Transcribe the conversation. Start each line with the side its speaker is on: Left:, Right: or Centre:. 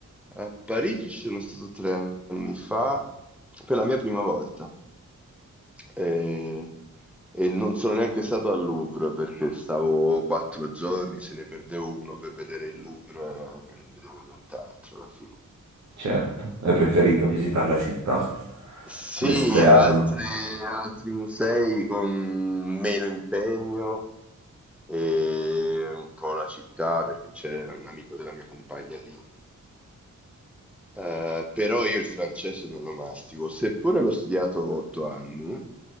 Centre: A Parigi ci sono stato tre anni fa per la mia prima volta e, e non sono neanche stato al Louvre perché stavo quattro giorni, se ne perdevo uno per vedere il Louvre e non vedevo nient'altro alla fine.
Right: certo, è preferito visitare la città,
Centre: Sì,
Right: l'esterno.
Centre: altre, altri musei con meno impegno e un po' la città perché c'è un amico della mia compagna lì. Eh, però io il francese non lo mastico, seppure l'ho studiato otto anni, ho